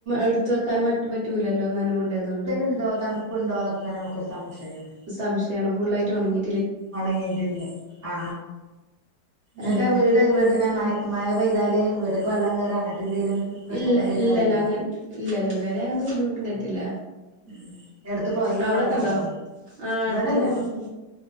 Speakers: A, on the right; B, on the right.
A: എടുത്ത് വെക്കാൻ മറ്റ പറ്റൂലല്ലോ നനവുണ്ടായതുകൊണ്ട്.
B: ഇണ്ടോ തണുപ്പ് തണുപ്പുണ്ടോന്നൊെക്കെ ഇങ്ങനെ നമുക്കൊരു സംശയം വരും
A: സംശയാണ് ഫുള്ളായിട്ട് ഒണങ്ങി
B: ഒണങ്ങിയിട്ടില്ലേ ആ ഇങ്ങക്ക്
A: അതാണ്
B: വീട് വീട്ടങ്ങനെ മഴ മഴ പെയ്താല് വീട്ട്ക്ക് വള്ളം കയറും അങ്ങനത്തെ എന്തേലും പ്രശ്നങ്ങൾ
A: ഇല്ല
B: എന്തേലും
A: ഇല്ലല്ല
B: വരലുണ്ടോ
A: അങ്ങന ഇല്ല ഇല്ല ഇതുവരെ അങ്ങനത്തെ ബുദ്ധിമുട്ടുണ്ടായിട്ടില്ല.
B: ഉം എടുത്ത് പൊഴിം
A: അവിടൊക്കെണ്ടോ
B: തോടൊക്കെ ഒണ്ടോ?
A: ആഹ്
B: ഇവടെല്ല
A: അടുത്ത് തോടുണ്ട്